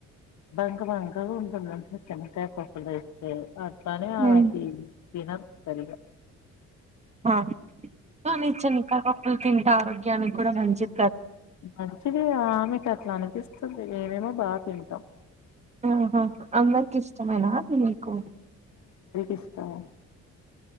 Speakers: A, on the left (about 65°); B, on the right (about 20°).
A: బక బంక ఉంటుందంటడి చెన్నకాయ్ పప్పు వేస్తే అట్లానే ఆవకి
B: ఉమ్.
A: తినం సరిగా
B: ఆ ఆ నిచని కా పప్పులు తింటా ఆరోగ్యనికి కూడా మంచిద్
A: మంచిది ఆమె కట్లా అని పిస్తుంది మేమేమో బాగా తింటాం
B: ఆహా అందరికి ఇష్టమేనా అది మీకు
A: ఇష్టమే